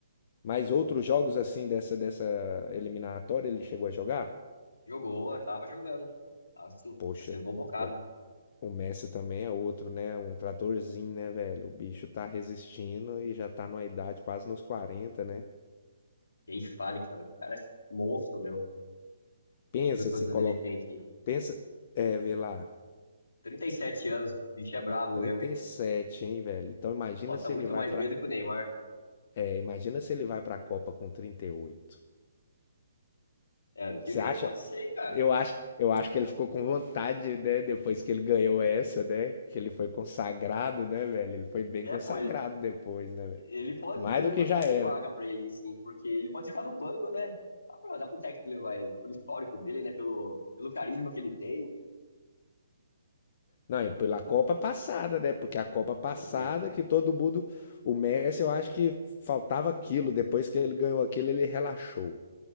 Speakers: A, on the left; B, on the left.
A: Mas outros jogos assim dessa dessa eliminatória ele chegou a jogar?
B: Jogou, tava jogando. Tava sim,
A: Poxa,
B: tá sendo convocado.
A: o, o Messi também é outro, né? Um tratorzinho, né, velho? O bicho tá resistindo e já tá numa idade quase nos 40, né?
B: Quem fale, cara. O cara é monstro, meu.
A: Pensa
B: Vamos ver quantos
A: se
B: anos
A: colo
B: ele tem aqui.
A: Pensa, é, vê lá,
B: 37 anos, o bicho é brabo
A: trinta
B: mesmo, hein?
A: e sete hein, velho? Então imagina
B: Bota
A: se
B: muito
A: ele vai
B: mais
A: pra.
B: medo que o Neymar.
A: é, imagina se ele vai pra Copa com trinta e oito
B: É, ano que
A: Você
B: vem,
A: acha?
B: pode ser, hein, cara.
A: Eu acho, eu acho que ele ficou com vontade, né, depois que ele ganhou essa, né? Que ele foi consagrado, né, velho? Ele foi bem
B: É,
A: consagrado
B: pô, ele
A: depois, né, velho?
B: ele pode
A: Mais
B: ir mesmo,
A: do que
B: acho
A: já
B: que
A: era.
B: tem vaga pra ele, ir, sim, porque ele pode ficar no banco, né? Dá, pra, dá pro técnico levar ele, pelo histórico dele, né? Pelo, pelo carisma que ele tem.
A: Não, e pela Copa passada, né? Porque a Copa passada
B: Jogo muito.
A: que todo mundo, o Messi, eu acho que faltava aquilo. Depois que ele ganhou aquilo, ele relaxou.